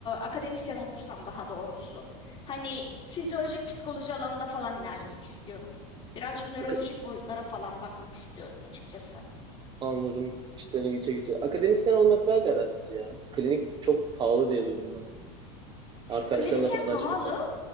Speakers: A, on the left (about 30°); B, on the right (about 25°).
A: akademisyen olursam daha doğrusu. Hani fizyolojik psikoloji alanında falan ilerlemek istiyorum. Birazcık nörolojik
B: Ak-
A: boyutlara falan bakmak istiyorum açıkçası.
B: Anladım. Cidden ilgi çekici. Akademisyen olmak daha garantici ya. Klinik çok pahalı diye duydum ben. Arkadaşlarınla
A: Klinik hem
B: falan açmıyorsan.
A: pahalı